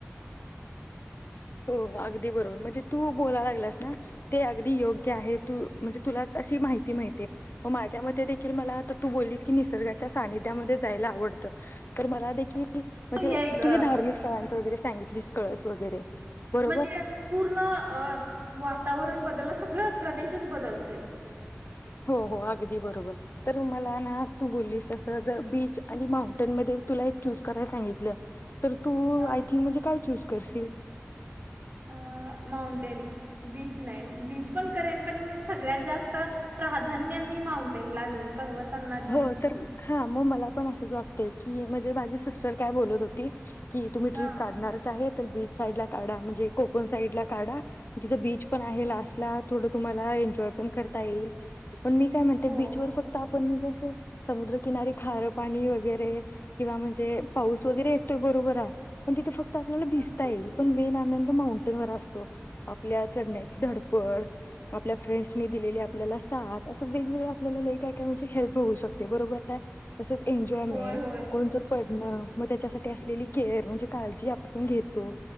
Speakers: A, on the left; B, on the right.
A: हो, अगदी बरोबर म्हणजे तू बोलाय लागलास ना ते अगदी योग्य आहे. तू म्हणजे तुला अशी माहिती माहिती माझ्या म देखील मला तू बोललीस की निसर्गाच्या सानिध्यामध्ये जायला आवडतं तर मला देखील म्हजे
B: हे आहे ग
A: तुझ्या धार्मिक स्थळ वगैरे सांगितली कळस वगैरे बरोबर
B: म्हणजे पूर्ण वातावरण बल- सगळं प्रदेशच बदलतोय
A: हो, हो, अगदी बरोबर तर मला ना तू बोललीस तस जर बीच आणि माउंटेन म तुला एक चूज करायला सांगितलं तर तू
B: हा
A: आय थिंक म्हणजे काय चूज करशील
B: अ माउंटेन बीच नाही, बीच पण करेनं. पण सगळ्यात जास्त प्राधान्य मी माउंटेन ला देईन. पर्वतांना दिली.
A: हो तर हा मग मला पण असंच वाटतंय की म्हणजे माझी सिस्टर काय बोलत होती. की, तुम्ही
B: हा
A: ट्रीप काढणारच आहे. तर बीच साईड ला काढा म्हणजे कोकण साईड ला काढा, जिथं बीच पण आहे, लास्ट ला थोडं तुम्हाला एन्जॉय पण करता येईल. पण मी काय म्हणते
B: हो
A: बीचवर फक्त- पण म्हणजे असं समुद्रकिनारी खारं पाणी वगैरे ते <inaudible> ते पाऊस वगैरे बरोबर आहे, पण तिथे फक्त- आपल्याला भिजता
B: हा
A: येईल, पण बेन आनंद <unintelligible> माऊंडन असं आपल्या चढण्याची धडपड, आपल्या फ्रेंडस दिलेली आपल्याला साथ, असं वेगवेगळ आपल्या लाई क- ह हेल्प होउ शकतं. ते बरोबर आहे. तसच एन्जॉयमेंट,
B: होय होय
A: कोणत पडणं मग त्याच्यासाठी असलेली केअर म्हणजे काळजी आपण घेतो